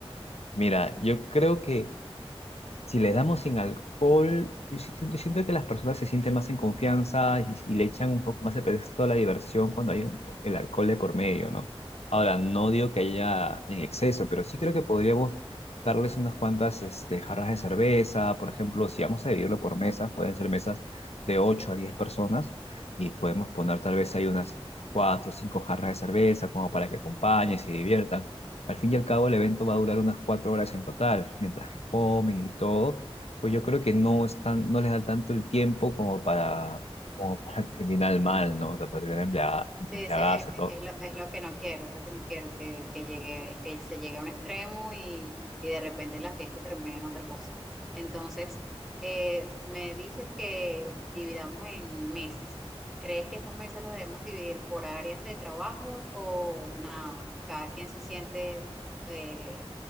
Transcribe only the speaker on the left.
Mira, yo creo que Si le damos sin alcohol, yo sí siento, siento que las personas se sienten más en confianza y, y le echan un poco más el pretexto a la diversión cuando hay un po- el alcohol de por medio, ¿no? Ahora, no digo que haya en exceso, pero sí creo que podríamos darles unas cuantas este, jarras de cerveza, por ejemplo, si vamos a dividirlo por mesas, pueden ser mesas de 8 a 10 personas y podemos poner tal vez ahí unas 4 o 5 jarras de cerveza como para que acompañen, se diviertan al fin y al cabo, el evento va a durar unas cuatro horas en total, mientras que comen y todo, pues yo creo que no están, no les da tanto el tiempo como para, como para <laughs> terminar mal, ¿no? O sea, para terminar embriaga-
embriagarse,
todo.